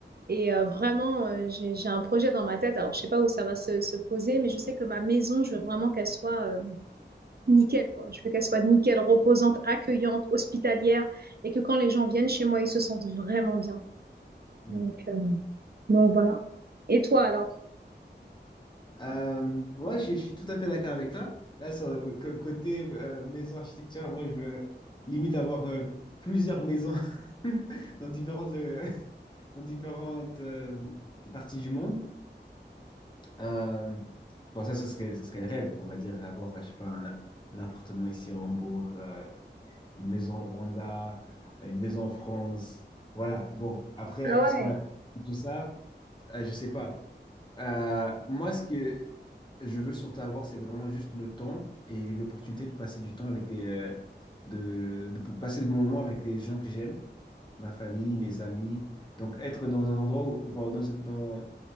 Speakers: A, on the right; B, on the left.
A: Et euh, vraiment, euh, j'ai, j'ai un projet dans ma tête. Alors, je ne sais pas où ça va se, se poser, mais je sais que ma maison, je veux vraiment qu'elle soit euh, nickel, quoi. Je veux qu'elle soit nickel, reposante, accueillante, hospitalière, et que quand les gens viennent chez moi, ils se sentent vraiment bien.
B: Mm.
A: Donc, euh, donc voilà. Et toi alors?
B: Euh, moi, je, je suis tout à fait d'accord avec toi. Là, sur le co- côté euh, maison architecture, moi, je veux limite avoir euh, plusieurs maisons <laughs> dans différentes, le- <laughs> dans différentes euh, parties du monde. Euh, bon, ça, ce serait, ce serait le rêve, on va dire, avoir, je sais pas, un, un appartement ici à Hambourg, euh, une maison au Rwanda, une maison en France. Voilà, bon, après,
A: Ah ouais,
B: est-ce qu'on a tout ça? Euh, je sais pas. Euh, moi, ce que je veux surtout avoir, c'est vraiment juste le temps et j'ai eu l'opportunité de passer du temps avec les, euh, de, de passer de bons moments avec les gens que j'aime, ma famille, mes amis. Donc, être dans un endroit, où- enfin, dans, dans,